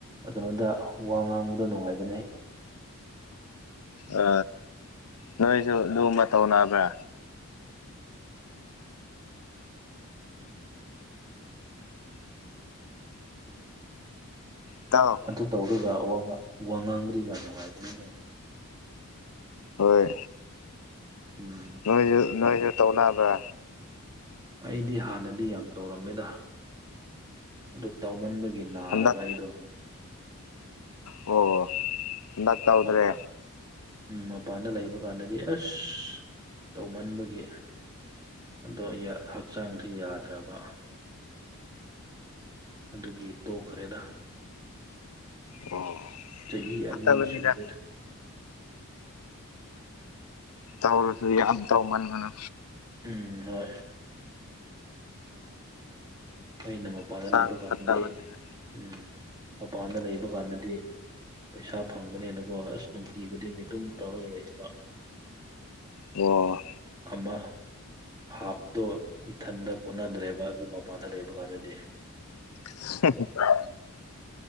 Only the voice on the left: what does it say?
ꯑ ꯅꯣꯏꯁꯨ ꯗꯨꯒꯨꯝꯕ ꯇꯧꯅꯕ꯭ꯔꯥ ꯇꯥꯎ
ꯍꯣꯏ
ꯅꯣꯏꯁꯨ ꯅꯣꯏꯁꯨ ꯇꯧꯅꯕ꯭ꯔꯥ
ꯍꯟꯗꯛ
ꯑꯣ ꯍꯟꯗꯛ ꯇꯧꯗ꯭ꯔꯦ
ꯑꯣ
ꯐꯠꯇꯕꯅꯤꯅ
ꯇꯧꯁꯨ ꯌꯥꯝꯝ ꯇꯧ ꯃꯟꯒꯅ
ꯍꯛꯆꯥꯡ
ꯐꯠꯇꯕꯅꯤꯅ
ꯑꯣ
ꯍꯝꯍꯝ